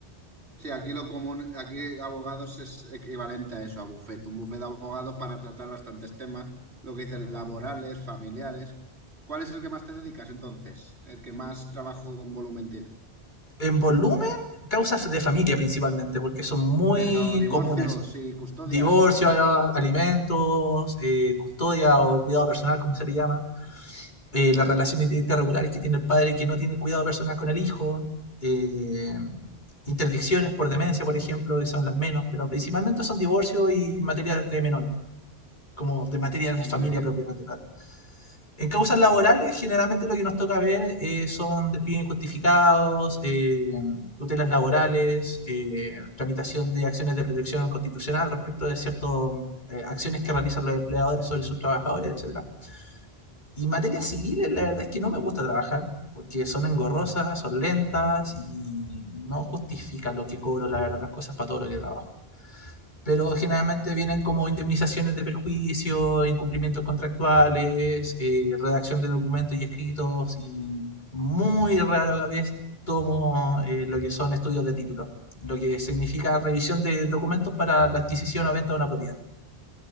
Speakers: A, on the right; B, on the left.
A: Sí, aquí lo común, aquí abogados es equivalente a eso, a bufete. Un bufete de abogados para tratar bastantes temas, lo que dicen laborales, familiares. ¿Cuál es el que más te dedicas entonces? ¿El que más trabajo con volumen tiene?
B: En volumen, causas de familia principalmente, porque son muy
A: Pero divorcios
B: comunes.
A: y custodias,
B: Divorcio,
A: eh,
B: alimentos, eh, custodia o cuidado personal, como se le llama. eh, las relaciones directas regulares que tiene el padre que no tiene el cuidado personal con el hijo. eh, interdicciones por demencia, por ejemplo, y son las menos, pero principalmente son divorcio y materias de menores, como de materias
A: muy
B: de familia
A: bien,
B: propiamente tal. En causas
A: correcto.
B: laborales, generalmente lo que nos toca ver eh, son despidos injustificados, eh, tutelas laborales, eh, tramitación de acciones de protección constitucional respecto de ciertas acciones que realizan los empleadores sobre sus trabajadores, etcétera. Y en materia civil, eh, la verdad es que no me gusta trabajar, porque son engorrosas, son lentas y no justifican lo que cobro, la verdad, las cosas para todo lo que trabajo pero generalmente vienen como indemnizaciones de perjuicio, incumplimientos contractuales, eh, redacción de documentos y escritos, y muy rara vez tomo eh, lo que son estudios de título, lo que significa revisión de documentos para la adquisición o venta de una propiedad.